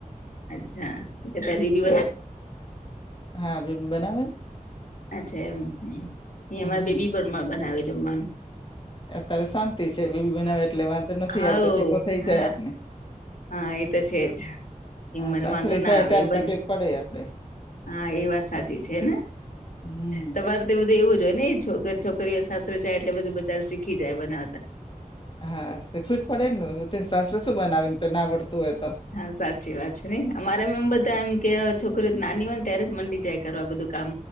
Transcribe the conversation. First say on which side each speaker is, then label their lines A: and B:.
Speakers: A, on the left; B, on the left.
A: અચ્છા બેબી
B: હા બેબી બનાવે ને
A: અચ્છા એમ એ
B: હમ
A: અમારે બેબી બનાવે જમવાનું
B: અત્યારે શાંતિ છે બેબી બનાવે એટલે વાંધ તો નથી
A: હવ
B: આવતો ટેકો થઈ
A: હા
B: જાય આપને
A: હા એ તો છે જ એમ
B: હા
A: મને
B: સાસરે
A: વાંધો ના
B: જાય
A: આવે
B: ત્યારે
A: બને
B: તકલીફ પડે આપડે
A: હા એ વાત સાચી છે ને
B: હમ
A: તવારુ તે તો બધું એવું જ હોય ને છોકરી છોકરીઓ સાસરે જાય એટલે બધું બચાર શીખી જાય બનાવતા
B: હા શીખાવું જ પડેને સાસરે શું બનાવી ને તો ના આવડતું હોય તો
A: હા સાચી વાત છે નઈ અમારામ એમ બધા એમ કે છોકરી નાની હોય ને ત્યારે જ મંડી જાય કરવા બધું કામ